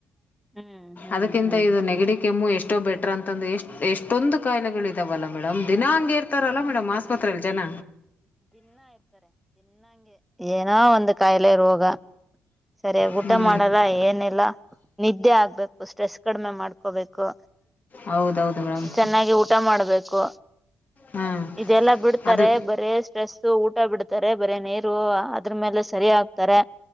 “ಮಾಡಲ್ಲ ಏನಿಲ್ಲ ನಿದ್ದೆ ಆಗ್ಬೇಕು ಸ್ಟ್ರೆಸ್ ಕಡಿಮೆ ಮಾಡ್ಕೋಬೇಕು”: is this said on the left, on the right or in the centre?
Centre